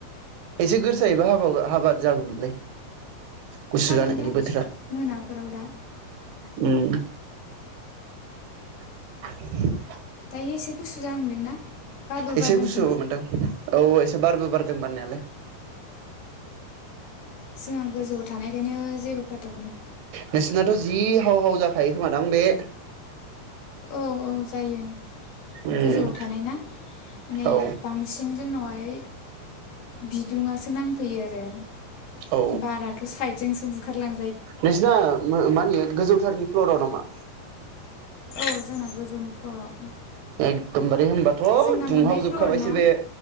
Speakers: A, on the right; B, on the left.
A: एसे गोसायैबा हाबा हाबा जागौमोनलाय गुसु
B: हागोनदां
A: जानायनि बोथोरा
B: मोनाफोराव दा
A: उम <inaudible>
B: दायो एसे गुसु जाहांदोंना बारबो
A: एसे
B: बारदों
A: गुसु
B: खोमा
A: मोनदों औ एसे बारबो बारदों बारनायालाय
B: जोंहा गोजौआव थानायखायनो जेबो फाथा
A: नोंसिनाथ' जि हाव हाव जाखायो खोमादां बे
B: औ औ जायो
A: उम
B: गोजौआव थानाय ना माने
A: औ
B: बांसिन जोंनावहाय बिदुंआसो नांफैयो आरो
A: औ
B: बाराथ' साइदजोंसो बु खारलां
A: नोंसिना माने गोजौथारनि प्ल'डआव नामा
B: औ जोंना गोजौ फ्ल'राव
A: एकदमबारे होनबाथ'
B: जोंना
A: दुंहावजोबखाबायसो
B: मोननै फ्ल'र ना
A: बे